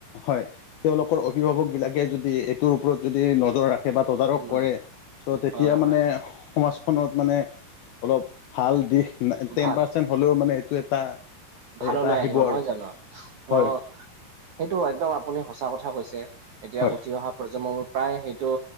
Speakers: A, on the left (about 75°); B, on the right (about 75°).
A: হয় তেওঁলোকৰ অভিভাৱক বিলাকে যদি এইটোৰ ওপৰত যদি নজৰ ৰাখ কিবা তদাৰক
B: নজ-
A: কৰে চ' তেতিয়া
B: হয় হয়
A: মানে সমাজখনত মানে অলপ ভাল দিশ না টেন
B: ভাল
A: পাৰ্চেন্ট হ'লেও মানে এইটো এটা
B: ভাললৈ
A: এটা
B: আহিব নহয়
A: আৰু
B: জানো?
A: হয়
B: অঁ সেইটো একদম আপুনি সঁচা কথা কৈছে। এতিয়া
A: হয়
B: উঠি অহা প্ৰজন্মবোৰ প্ৰায় সেইটো